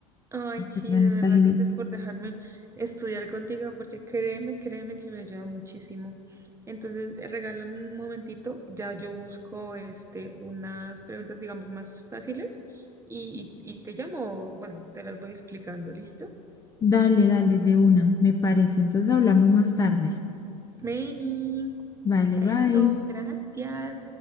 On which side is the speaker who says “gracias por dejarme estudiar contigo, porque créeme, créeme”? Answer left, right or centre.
Right